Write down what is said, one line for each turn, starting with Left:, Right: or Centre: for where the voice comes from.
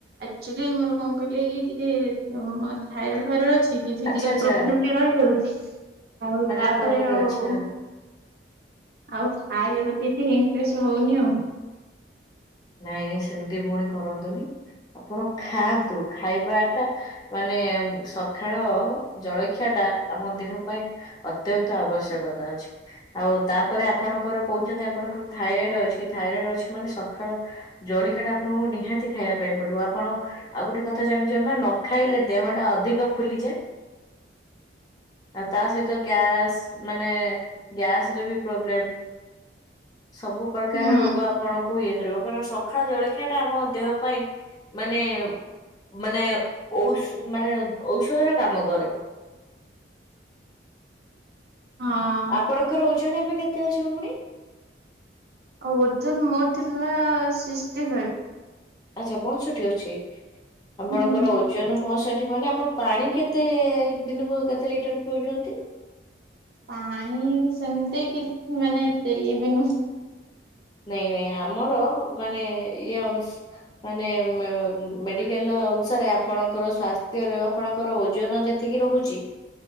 Right: ଆକ୍ଚୁଆଲି ମୋର କଣ କହିଲେ କି ଟିକେ ଥାଇରଏଡ ଫାଇରଡ଼ ଅଛି କି ଫିଜିକାଲ
Left: ଆଚ୍ଛା ଆଚ୍ଛା
Right: ପ୍ରବ୍ଲେ ରହିଯାଉଛି ଆଉ
Left: ମାନେ
Right: ତାପରେ
Left: ଆପଣଙ୍କର
Right: ଆଉ
Left: ଆଚ୍ଛା।
Right: ଆଉ ଖାଇବେବତି ଏସ ହଉନି ଆଉ
Left: ନାଇଁ ନାଇଁ ସେମିତି ପୁଣି କରନ୍ତୁନି। ଆପଣ ଖାଆନ୍ତୁ ଖାଇବା ଟା ମାନେ ସକାଳ ଜଳଖିଆା ଆମ ଦେହ ପାଇଁ ଅତ୍ୟନ୍ତ ଆବଶ୍ୟକତା ଅଛି, ଆଉ ତାପରେ ଆପଣଙ୍କର କହୁଛନ୍ତି ଆପଣଙ୍କର ଥାଇରଏଡ ଅଛି ଥାଇରଏଡ୍ ଅଛି ମାନେ ସ କାଳ ଜଳିକା ଟା ଆପଣଙ୍କୁ ନିହାତି ଖାଇବା ପାଇଁ ପଡିବ ଆପଣ ଆଉ ଗୋଟେ କଥା ଜାଣିଛନ୍ତି ନା ନ ଖାଇଲେ ଲେ ଦେହଟା ଅଧିକ ଫୁଲିଯାଏ।
Right: <inaudible>
Left: ଆଉ ତା ସହିତ ଗ୍ୟାସ ମାନେ ଗ୍ୟାସ ରେ ବି ପ୍ରୋବ୍ଲେମ। ସବୁ ପ୍ରକାର
Right: ହୁଁ।
Left: ରୋଗ ଆପଣକୁ କରିବ କାରଣ ସକାଳ ଜଳଖିଆ ଟା ଆମ ଦେହ ପାଇଁ ମାନେ ମାନେ ଔ ମାନେ ଔଷଧର କାମ କରେ।
Right: ହଁ ଆଉ
Left: ଆପଣଙ୍କର ଓଜନ ଏବେ କେତେ ଅଛି ଭଉଣୀ?
Right: ଆଉ ଓଜନ ମୋର ଥିଲା ସିକସଟି ଫାଇଭ।
Left: ଆଚ୍ଛା ପଂଶଠି ଅଛି,
Right: ଫାଇଭ।
Left: ଆପଣଙ୍କର ଓଜନ ପଞ୍ଚଷଠି ମାନେ ଆପଣ ପାଣି କେତେ ଦିନକୁ କେତେ ଲିଟର ପିଉଛନ୍ତି?
Right: ପାଣି ସେମିତି କି ମାନେ ଏତେ ଇଏ ବି ନୁହଁ।
Left: ନାଇଁ ନାଇଁ ଆମର ମାନେ ଇଏ ଅଂଶ ମାନେ ମେ-ମେଡିକାଲ ଅନୁସାରେ ଆପଣଙ୍କର ସ୍ଵାସ୍ଥ୍ୟରେ ଆପଣଙ୍କର ଓଜନ ଯେତିକି ରହୁଛି